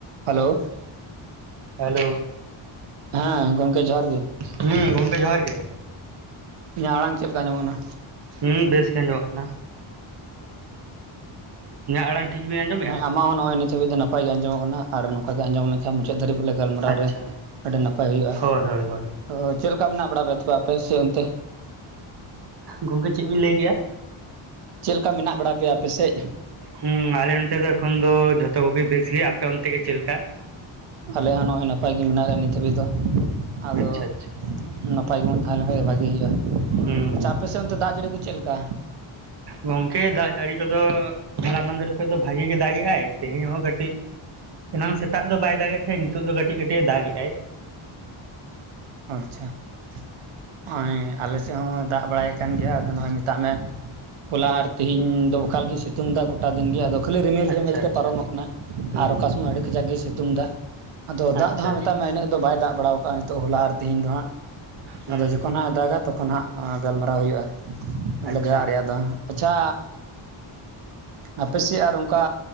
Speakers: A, on the right; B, on the right.
A: Hello
B: hello
A: ᱦᱮᱸ ᱜᱚᱝᱠᱮ ᱡᱚᱦᱟᱨ ᱜᱮ,
B: ᱦᱩᱸ ᱜᱚᱝᱠᱮ ᱡᱚᱦᱟᱨ ᱜᱮ
A: ᱤᱧᱟᱹᱜ ᱟᱲᱟᱝ ᱪᱮᱫ ᱞᱮᱠᱟ ᱧᱟᱢᱚᱜ ᱠᱟᱱᱟ?
B: ᱦᱮᱸ ᱵᱮᱥ ᱜᱮ ᱟᱸᱡᱚᱢ ᱚᱜ ᱠᱟᱱᱟ ᱾ ᱤᱧᱟᱹᱜ ᱟᱲᱟᱝ ᱴᱷᱤᱠ ᱵᱤᱱ ᱟᱸᱡᱚᱢᱮᱜᱼᱟ
A: ᱦᱮᱸ ᱟᱢᱟᱜ ᱦᱚᱸ ᱱᱚᱜ-ᱚᱭ ᱱᱤᱛ ᱦᱟᱹᱵᱤᱡ ᱫᱚ ᱱᱟᱯᱟᱭ ᱜᱮ ᱟᱸᱡᱚᱢᱚᱜ ᱠᱟᱱᱟ ᱾ ᱟᱨ ᱱᱚᱝᱠᱟ ᱜᱮ ᱟᱸᱡᱚᱢ ᱞᱮᱠᱷᱟᱱ ᱢᱩᱪᱟᱹᱫ ᱫᱷᱟᱵᱤᱡ ᱵᱚᱞᱮ, ᱜᱟᱞᱢᱟᱨᱟᱣ
B: ᱟᱪᱪᱷᱟ
A: ᱨᱮ ᱟᱹᱰᱤ ᱱᱟᱯᱟᱭ ᱦᱳᱭᱳᱜᱼᱟ,
B: ᱦᱳᱭ ᱦᱳᱭ ᱦᱳᱭ
A: ᱛᱚ ᱪᱮᱫ ᱞᱮᱠᱟ ᱢᱮᱱᱟᱜ ᱵᱟᱲᱟ ᱯᱮᱭᱟ ᱛᱮ ᱟᱯᱮ ᱥᱮ ᱚᱱᱛᱮ?
B: ᱜᱚᱝᱠᱮ ᱪᱮᱫ ᱵᱤᱱ ᱞᱟᱹᱭ ᱠᱮᱜᱼᱟ?
A: ᱪᱮᱫ ᱞᱮᱠᱟ ᱢᱮᱱᱟᱜ ᱵᱟᱲᱟ ᱯᱮᱭᱟ ᱟᱯᱮ ᱥᱮᱫ ᱾
B: ᱦᱮᱸ ᱟᱞᱮ ᱱᱚᱛᱮ ᱫᱚ ᱮᱠᱷᱚᱱ ᱫᱚ ᱡᱷᱚᱛᱚ ᱠᱚᱜᱮ ᱵᱮᱥ ᱜᱮᱭᱟ, ᱟᱯᱮ ᱚᱱᱛᱮ ᱜᱮ ᱪᱮᱫ ᱞᱮᱠᱟ?
A: ᱟᱞᱮ ᱦᱚᱸ ᱱᱚᱜᱼᱚᱭ ᱱᱟᱯᱟᱭ ᱜᱮ ᱢᱮᱱᱟᱜ ᱞᱮᱭᱟ ᱱᱤᱛ ᱦᱟᱹᱵᱤᱡ ᱫᱚ, ᱟᱫᱚ
B: ᱟᱪᱪᱷᱟ ᱟᱪᱪᱷᱟ
A: ᱱᱟᱯᱟᱭ ᱵᱚᱱ ᱛᱟᱦᱮᱸ ᱞᱮᱱ ᱠᱷᱟᱡ ᱜᱮ ᱵᱷᱟᱜᱮ ᱦᱳᱭᱳᱜᱼᱟ,
B: ᱦᱩᱸ
A: ᱟᱪᱪᱷᱟ ᱟᱯᱮ ᱥᱮᱫ ᱚᱱᱛᱮ ᱫᱟᱜ ᱡᱟᱹᱲᱤ ᱠᱚ ᱪᱮᱫ ᱞᱮᱠᱟ?
B: ᱜᱚᱝᱠᱮ ᱫᱟᱜ ᱡᱟᱹᱲᱤ ᱠᱚᱫᱚ, ᱦᱚᱞᱟ ᱢᱟᱫᱮᱨ ᱠᱷᱚᱱ ᱫᱚ ᱵᱷᱟᱜᱮ ᱜᱮ ᱫᱟᱜ ᱜᱮᱜᱟᱭ, ᱛᱮᱦᱮᱧ ᱦᱚᱸ ᱠᱟᱹᱴᱤᱡ ᱮᱱᱟᱝ ᱥᱮᱛᱟᱜ ᱫᱚ ᱵᱟᱭ ᱫᱟᱜ ᱮᱫ ᱛᱟᱦᱮᱸᱫ ᱱᱤᱛᱚᱜ ᱫᱚ ᱠᱟᱹᱴᱤᱡ ᱠᱟᱹᱴᱤᱡ ᱫᱟᱜ ᱮᱜᱟᱭ ᱾
A: ᱚ ᱟᱪᱪᱷᱟ, <unintelligible> ᱟᱞᱮ ᱥᱮᱫ ᱦᱚᱸ ᱫᱟᱜ ᱵᱟᱲᱟᱭᱮᱫ ᱠᱟᱱ ᱜᱮᱭᱟ, ᱟᱫᱚ ᱱᱚᱜᱼᱚᱭ ᱢᱮᱛᱟᱜ ᱢᱮ, ᱦᱚᱞᱟ ᱟᱨ ᱛᱤᱦᱤᱧ ᱫᱚ <unintelligible> ᱥᱤᱛᱩᱝ ᱫᱟ ᱜᱚᱴᱟ ᱫᱤᱱ ᱜᱮ, ᱟᱫᱚ ᱠᱷᱟᱹᱞᱤ ᱨᱤᱢᱤᱞ
B: ᱟᱪᱪᱷᱟ
A: ᱨᱤᱢᱤᱞ
B: ᱟᱪᱪᱷᱟ
A: ᱛᱮ ᱯᱟᱨᱚᱢᱚᱜ ᱠᱟᱱᱟ,
B: ᱦᱩᱸ
A: ᱟᱨ ᱚᱠᱟ ᱥᱚᱢᱚᱭ ᱟᱹᱰᱤ ᱠᱟᱡᱟᱠ ᱜᱮ ᱥᱤᱛᱩᱝ ᱫᱟ ᱟᱫᱚ ᱫᱟᱜ
B: ᱟᱪᱪᱷᱟ
A: ᱫᱚ ᱦᱟᱸᱜ ᱢᱮᱛᱟᱜ ᱢᱮ ᱤᱱᱟᱹᱜ ᱫᱚ ᱵᱟᱭ ᱫᱟᱜ ᱵᱟᱲᱟᱣ ᱱᱤᱛᱚᱜ ᱦᱚᱞᱟ ᱟᱨ ᱛᱤᱦᱤᱧ ᱫᱚ ᱦᱟᱸᱜ ᱾
B: ᱦᱩᱸ
A: ᱟᱫᱚ ᱡᱚᱠᱷᱚᱱ ᱦᱟᱸᱜ ᱮ ᱫᱟᱜ-ᱟ ᱛᱚᱠᱷᱚᱱ ᱦᱟᱸᱜ ᱜᱟᱞᱢᱟᱨᱟᱣ ᱦᱳᱭᱳᱜᱼᱟ,
B: ᱟᱪᱪᱷᱟ
A: ᱜᱟᱭᱟᱜ ᱨᱮᱭᱟᱜ ᱫᱚ ᱟᱪᱪᱷᱟ ᱟᱯᱮ ᱥᱮᱫ ᱟᱨ ᱚᱱᱠᱟ